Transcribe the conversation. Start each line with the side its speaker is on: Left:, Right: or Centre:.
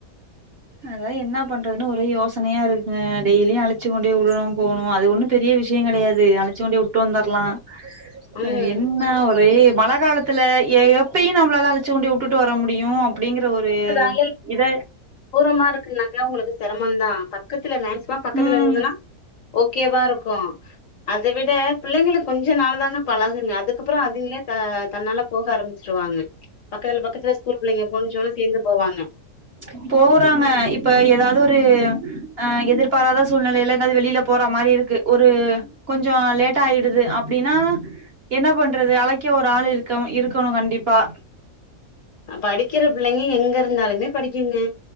Right: அது தான் என்ன பண் றன்னு ஒரே யோசனையா இருக்குங்க டெய்லியும் அழச்சு கொண்டுபோயி உடுணும் போணும் அது ஒண்ணும் பெரிய விஷயம் கெடையாது அழச்சு கொண்டுபோய் உட்டு வந்தர்ரலாம்
Left: ம்
Right: அ என்ன ஒரேப் மழ காலத்துல எ எப்பயும் நம்மளாலா அழச்சு கொண்டி உட்டுட்டு வர முடியும் அப்டிங்கற ஒரு
Left: <unintelligible>
Right: இத
Left: த்தூரமா இருக்கு நாங் தே உங்குளுக்கு சிரமந் தான் பக்கத் த்துல நேன்சிமா பக்கத்துல
Right: ம்
Left: இந்துதுனா ஓகேவாருக்கோ அத விட பிள்ளைங்களுக்கு கொஞ்ச நாளுதான பழகுங்க அதுக்கப்பறோ அதுங்ளே ஆ தன்னால போக ஆரம்மிச்சிருவாங்க பக்கத்ல பக்கத்துல ஸ்கூல் புள்ளைங்க முஞ்சோன சேந்து போவாங்க
Right: ச்ச போறாங்க இப்ப எதாது ஒரு ஆ எதிர்பாராத சூழ்நெலைல எங்காது வெளிலா போறா மாரி இருக்கு ஒரு கொஞ்சோ லேட்டா ஆயிடுது அப்டினா என்னா பண்றது அலைக்க ஒரு ஆளு இருக்கம் இருக்கணோ கண்டிப்பா
Left: அ படிக்கிற பிள்ளைங்க எங்கிருந்தாலுமே படிக்குங்கே